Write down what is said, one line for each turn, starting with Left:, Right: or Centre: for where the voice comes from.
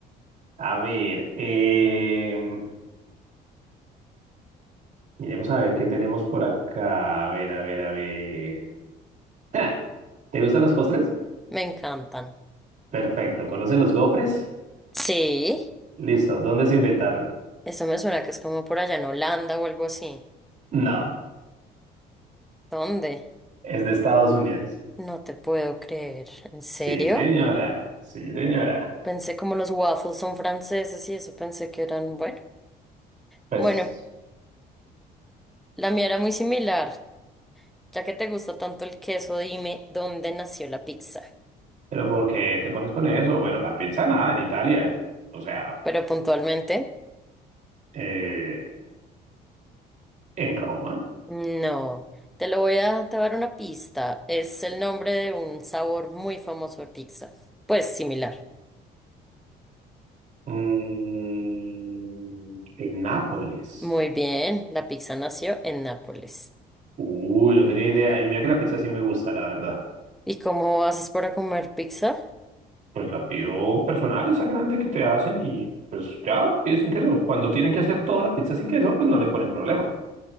Right: A ver, em, miremos a ver qué tenemos por acá. A ver, a ver, a ver. ¡Ja! ¿Te gustan los postres?
Centre: Me encantan.
Right: Perfecto. ¿Conoces los gofres?
Centre: Sí,
Right: Listo. ¿Dónde se inventaron?
Centre: eso me suena que es como por allá en Holanda o algo así.
Right: No,
Centre: ¿Dónde?
Right: es de Estados Unidos.
Centre: No te puedo creer. ¿En serio?
Right: Sí, señora, sí, señora.
Centre: Pensé como los waffles son franceses y eso pensé que eran, bueno.
Right: Pues,
Centre: Bueno, la mía era muy similar. Ya que te gusta tanto el queso, dime dónde nació la pizza.
Right: pero ¿por qué te pones con eso? Bueno, la pizza nada en Italia. O sea,
Centre: Pero puntualmente.
Right: eh, en Roma.
Centre: No, te lo voy a, te voy a dar una pista. Es el nombre de un sabor muy famoso de pizza. Pues similar.
Right: Mm, en Nápoles.
Centre: Muy bien, la pizza nació en Nápoles.
Right: Uy, no tenía idea. Y mira que la pizza sí me gusta, la verdad.
Centre: ¿Y cómo haces para comer pizza?
Right: Pues la pido personal, esa grande que te hacen y pues ya la pides sin queso. Cuando tienen que hacer toda la pizza sin queso, pues no le ponen problema.